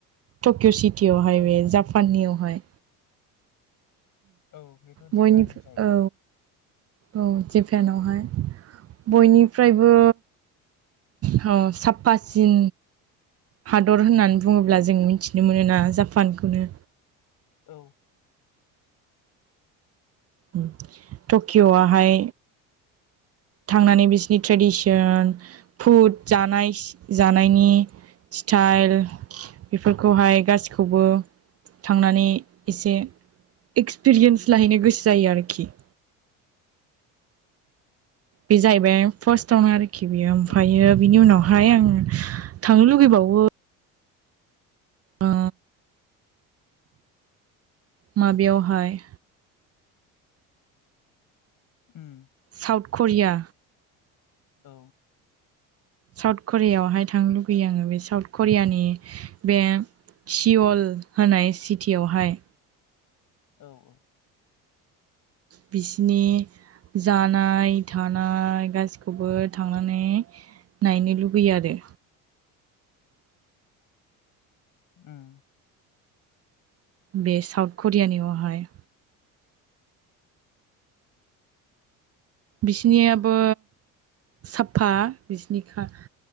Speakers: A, on the right; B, on the left.
A: टकिय' सिटियावहाय
B: औ
A: बे
B: औ
A: जापानियावहाय
B: औ बेथ'
A: बयनि
B: जेपाननि जाहैबाय
A: औ औ जेपेनावहाय बयनिफ्रायबो ह साफासिन हादर होननानै बुङोब्ला जों मिथिनो मोनो ना जापानखौनो
B: औ
A: उम टकिय'आहाय थांनानै बिसोरनि ट्रेडिसन फुद जानायस जानायनि स्थाइल बेफोरखौहाय गासैखौबो
B: उम
A: थांनानै एसे एक्सपिरियेन्स लाहैनो गोसो जायो आरोखि बे जाहैबाय फार्स्टआवनो आरोखि बेयो ओमफ्रायो
B: औ
A: बिनि उनावहाय आं थांनो लुबैबावो। ओ माबेयावहाय
B: उम
A: साउथ खरिया
B: औ
A: साउथ करियावहाय थांनो लुुबैयो आङो बे साउथ करियानि बे सिअल होनाय सिटियावहाय
B: औ ओ
A: बिसिनि जानाय थानाय गासैखौबो थांनानै नायनो लुबैयो आरो
B: उम
A: बे साउथ करियानियावहाय बिसिनियाबो साफा बिसिनिखा